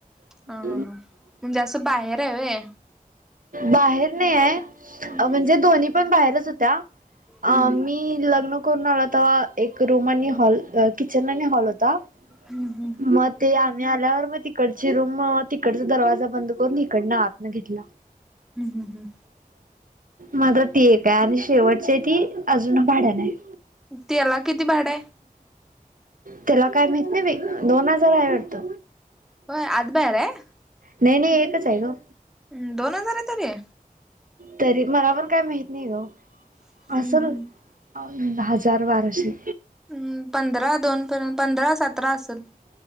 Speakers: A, in the centre; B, on the right.
A: हा
B: <inaudible>
A: हा हा म्हणजे असं बाहेर हाय व्हय
B: बाहेर नाही आहे
A: हम्म
B: म्हणजे दोन्ही पण बाहेरच होत्या
A: हम्म
B: आ मी लग्न करून आलो तवा एक रूम आणि हॉल किचन आणि हॉल होता.
A: हम्म हम्म
B: म ते आम्ही आल्यावर मग ती तिकडची रूम तिकडचा दरवाजा बंद करून इकडनं आत न घेतला.
A: हम्म हम्म हम्म.
B: मात्र ती एक आहे आणि शेवटची आहे ती अजून भाड्याण आहे.
A: त्याला किती भाड आहे.
B: त्याला काय माहित नाही बई दोन हजार आहे वाटत.
A: होय <unintelligible>
B: नाही नाही एकच आहे ग.
A: हम्म दोन हजारातच ये.
B: तरी मला पण काय माहीत नाही ग
A: हम्म
B: असल
A: हम्म
B: हजार बाराशे
A: म पंधरा दोन पर्यंत पंधरा सतरा असेल.